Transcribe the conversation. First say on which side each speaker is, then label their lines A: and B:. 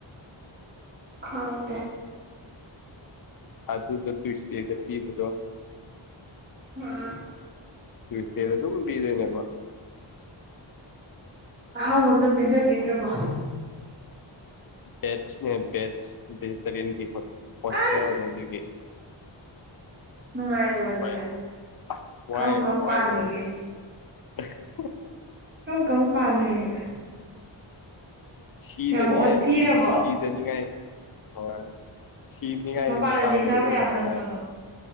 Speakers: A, on the right (about 20°); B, on the left (about 50°).
A: ꯈꯪꯗꯦ
B: ꯑꯗꯨꯗꯣ ꯇꯨꯏꯁꯇꯦꯗ ꯄꯤꯕꯗꯣ
A: ꯍꯥ
B: ꯇꯨꯏꯁꯗꯦꯗ ꯑꯗꯨꯝ ꯄꯤꯔꯅꯦꯕ
A: ꯑꯍꯥꯎꯕ ꯑꯝꯗ ꯄꯤꯖꯕꯤꯗ꯭ꯔꯕꯣ
B: ꯕꯦꯠꯁꯅꯦ ꯕꯦꯠꯁ ꯚꯦꯖꯤꯇꯔꯤꯌꯥꯟ ꯍꯣꯁꯇꯦꯜꯅꯦ
A: ꯑꯁ
B: ꯑꯗꯨꯒꯤ ꯋꯥꯏ
A: ꯅꯨꯡꯉꯥꯏꯔꯤꯕ ꯑꯗꯨꯗꯤ
B: <unintelligible>
A: ꯀꯔꯝ ꯀꯔꯝ ꯄꯥꯜꯂꯤꯒꯦ
B: ꯑꯁ
A: ꯀꯔꯝ ꯀꯔꯝ ꯄꯟꯂꯤꯒꯦ
B: ꯁꯤꯗꯅꯤꯉꯥꯏ
A: ꯌꯥꯝ ꯑꯣꯠꯄꯤꯔꯕꯣ
B: ꯁꯤꯗꯅꯤꯉꯥꯏ ꯍꯣꯏ ꯁꯤꯗꯦꯒ
A: ꯃꯄꯥꯟꯗꯗꯤ
B: ꯍꯥꯏꯌꯦ ꯆꯥꯕꯗꯁꯨ
A: ꯆꯥꯕ ꯌꯥꯕ
B: ꯍꯟꯊꯅ
A: ꯅꯠꯇ꯭ꯔꯣ
B: ꯍꯥꯏ
A: ꯑꯗꯣ